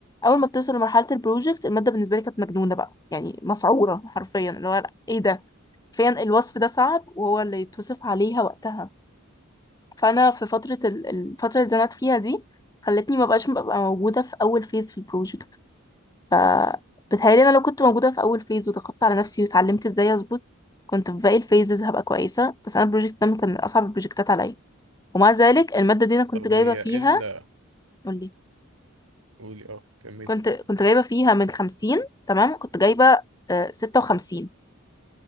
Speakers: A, on the left; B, on the right.
A: اول ما بتوصل لمرحلة البروجكت المادة بالنسبة لي كانت مجنونة بقى يعني مسعورة حرفيا اللي هو لأ، ايه ده فين الوصف ده صعب وهو اللي يتوصف عليها وقتها فانا في فترة ال- الفترة اللي اتزنقت فيها دي خلتني ما بقاش ببقى موجودة في اول فيز في البروجكت فبتهيألي انا لو كنت موجودة في اول فيز وضغطت على نفسي واتعلمت ازاي اظبط كنت في باقي الفيزز هبقى كويسة بس انا البروجكت ده كان من اصعب البروجكتات عليا ومع ذلك المادة دي انا كنت
B: طب
A: جايبة
B: هي
A: فيها
B: ايه ال-
A: قولي
B: قولي اه كملي
A: كنت كنت جايبة فيها من خمسين تمام كنت جايبة آه، ستة وخمسين